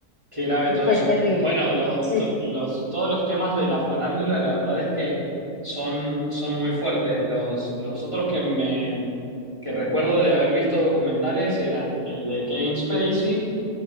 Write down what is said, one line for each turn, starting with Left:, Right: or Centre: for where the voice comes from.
Right: Qué grave todo
Left: Fue
Right: eso.
Left: terrible.
Right: Bueno, los,
Left: Sí,
Right: to- los- todos los temas de la farándula, la verdad es que son, son muy fuertes. Los, los otros que me que recuerdo de haber visto documentales eran el de Kevin Spacey